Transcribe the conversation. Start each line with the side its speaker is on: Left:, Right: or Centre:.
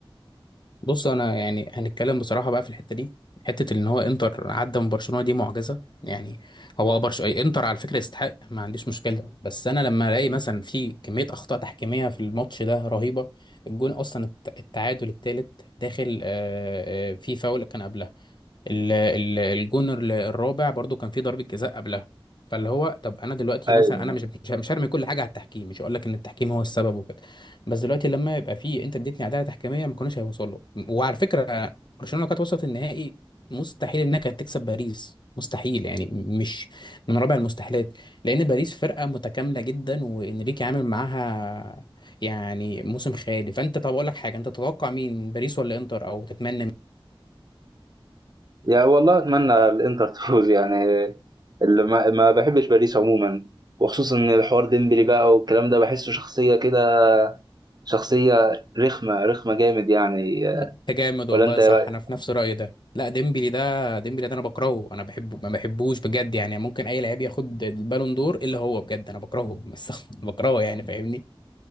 Left: بص انا يعني هنتكلم بصراحه بقى في الحته دي حته ان هو انتر عدى من برشلونه دي معجزه يعني هو برش... انتر على فكره يستحق ما عنديش مشكله بس انا لما الاقي مثلا في كميه اخطاء تحكيميه في الماتش ده رهيبه الجون اصلا الت- التعادل الثالث داخل آه، آه، في فاول كان قبلها ال- ال- الجون ال- الرابع برضو كان فيه ضربة جزاء قبلها فاللي هو طب انا دلوقتي
Right: ايوه
Left: مثلا انا مش مش مش هرمي كل حاجه على التحكيم مش هقول لك ان التحكيم هو السبب وكده بس دلوقتي لما يبقى فيه انت اديتني عداله تحكيميه ما كناش هيوصل له وعلى فكره برشلونه لو كانت وصلت النهائي مستحيل انها كانت تكسب باريس مستحيل يعني مش من رابع المستحيلات لان باريس فرقه متكامله جدا وانريكي عامل معاها يعني موسم خيالي فانت طب اقول لك حاجه انت تتوقع مين باريس ولا انتر او تتمنى
Right: يعني والله اتمنى الانتر تفوز يعني اللي ما, ما بحبش باريس عموما وخصوصا ان الحوار ديمبلي بقى والكلام ده بحسه شخصيه كده شخصيه رخمه رخمه جامد يعني
Left: انت جامد والله
Right: ولا انت ايه
Left: صح
Right: رايك
Left: انا في نفس رايي ده لا ديمبلي ده ديمبلي ده انا بكرهه انا بحبه ما بحبوش بجد يعني ممكن اي لعيب ياخد البالون دور الا هو بجد انا بكرهه بس <laughs> بكرهه يعني فاهمني